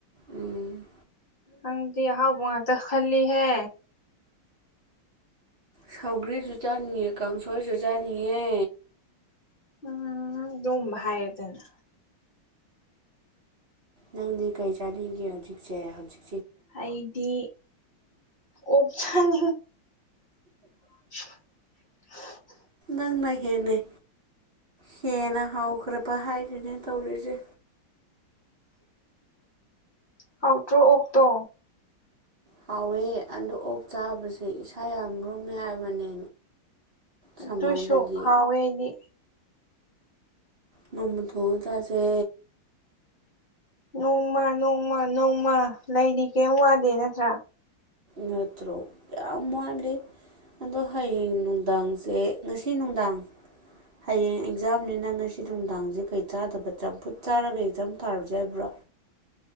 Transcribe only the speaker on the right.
ꯎꯝ
ꯁꯧꯒ꯭ꯔꯤꯁꯨ ꯆꯥꯅꯤꯡꯉꯦ ꯀꯥꯡꯁꯣꯏꯁꯨ ꯆꯥꯅꯤꯡꯉꯦ
ꯅꯪꯗꯤ ꯀꯔꯤ ꯆꯥꯅꯤꯡꯒꯦ ꯍꯧꯖꯤꯛꯁꯦ ꯍꯧꯖꯤꯛ
ꯅꯪꯅ ꯍꯦꯟꯅꯩ ꯍꯦꯟꯅ ꯍꯥꯎꯈ꯭ꯔꯕ ꯍꯥꯏꯔꯤꯅꯦ ꯇꯧꯔꯤꯁꯦ
ꯍꯥꯎꯋꯦ ꯑꯗ ꯑꯣꯛ ꯆꯥꯕꯁꯦ ꯏꯁꯥ ꯌꯥꯝ ꯨꯝꯃꯦ ꯍꯥꯏꯕꯅꯦ ꯁꯝꯃꯔꯗꯗꯤ
ꯅꯣꯡꯃ ꯊꯣꯡꯉꯇꯁꯦ
ꯅꯠꯇ꯭ꯔꯣ ꯌꯥꯝ ꯋꯥꯂ ꯑꯗꯣ ꯍꯌꯦꯡ ꯅꯨꯡꯗꯥꯡꯁꯦ ꯉꯁꯤ ꯅꯨꯡꯗꯥꯡ ꯍꯌꯦꯡ ꯑꯦꯛꯖꯥꯝꯅꯤꯅ ꯉꯁꯤ ꯅꯨꯡꯗꯥꯡꯁꯦ ꯀꯩ ꯆꯥꯗꯕ ꯆꯝꯐꯨꯠ ꯆꯥꯔꯒ ꯑꯦꯛꯖꯥꯝ ꯊꯥꯔꯨꯁꯦ ꯍꯥꯏꯕ꯭ꯔꯣ